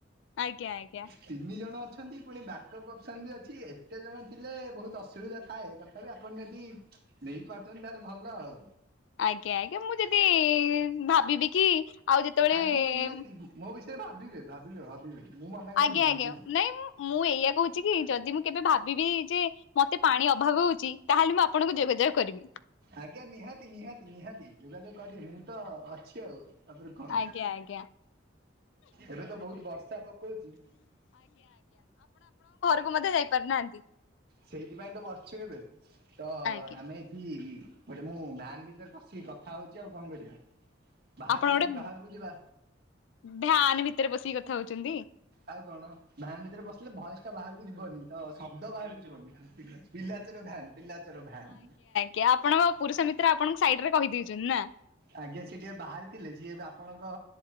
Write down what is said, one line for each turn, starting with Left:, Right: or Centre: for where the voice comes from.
Left: ଆଜ୍ଞା ଆଜ୍ଞା।
Right: ତିନି ଜଣ ଅଛନ୍ତି ପୁଣି ବ୍ୟାକଅପ୍ ଅପସନ ବି ଅଛି ଏତେ ଜଣ ଥିଲେ ବହୁତ ଅସୁବିଧା ଥାଏ। ତଥାପି ଆପଣ ଯଦି ନେଇପାରୁଛନ୍ତି ତାହେଲେ ଭଲ ଆଉ।
Left: ଆଜ୍ଞା ଆଜ୍ଞା ମୁଁ ଯଦି ଭାବିବି କି ଆଉ ଯେତେବେଳେ
Right: ଆଜ୍ଞା
Left: ଏ
Right: ଆଜ୍ଞା ନିହାତି ମୋ ବିଷୟରେ ଭାବିବେ ଭାବିବେ ଭାବିବେ ମୁଁ ମନା କରିନି
Left: ଆଜ୍ଞା
Right: ଭାବିବେ।
Left: ଆଜ୍ଞା ନାଇଁ ମୁଁ ଏଇଆ କହୁଛି କି ଯଦି ମୁଁ କେବେ ଭାବିବି ଯେ ମତେ ପାଣି ଅଭାବ ହଉଛି ତାହେଲେ ମୁଁ ଆପଣଙ୍କୁ ଯୋଗାଯୋଗ କରିବି।
Right: ଆଜ୍ଞା ନିହାତି ନିହାତି ନିହାତି ଯୋଗାଯୋଗ କରିବେ ମୁଁ ତ ଅଛି ଆଉ। ତାପରେ କଣ
Left: ଆଜ୍ଞା ଆଜ୍ଞା
Right: ଏବେ ତ ବହୁତ ବର୍ଷା ପକଉଛି।
Left: ମୁଁ ମଧ୍ୟ ଯାଇ ପାରୁନାହାନ୍ତି।
Right: ସେଇଥିପାଇଁ ତ ବସିଛୁ ଏବେ ତ
Left: ଆଜ୍ଞା
Right: ଆମେ ହୁଁ ହୁଁ ଗୋଟେ ମୁଁ ଭ୍ୟାନ୍ ଭିତରେ ପସିକି କଥା ହଉଛି ଆଉ କଣ କରିବା। ବାହାରେ
Left: ଆପଣ
Right: ଯଦି
Left: ଗୋଟେ
Right: ବାହାରକୁ ଯିବା
Left: ଭ୍ୟାନ୍ ଭିତରେ ପସିକି କଥା ହଉଛନ୍ତି।
Right: ଆଉ କଣ ଭ୍ୟାନ୍ ଭିତରେ ପସିଲେ ଭଏସ ଟା ବାହାରକୁ ଯିବନି ତ ଶବ୍ଦ ବାହାରକୁ ଯିବନି। ପିଲାଚୋର ଭ୍ୟାନ୍ ପିଲାଚୋର ଭ୍ୟାନ୍।
Left: କି ଆପଣଙ୍କ ପୁରୁଷ ମିତ୍ର ଆପଣଙ୍କୁ ସାଇଡ ରେ କହିଦେଇଛନ୍ତି ନା।
Right: ଆଜ୍ଞା ସି ଟିକେ ବାହାରିଥିଲେ ସିଏ ଆପଣଙ୍କ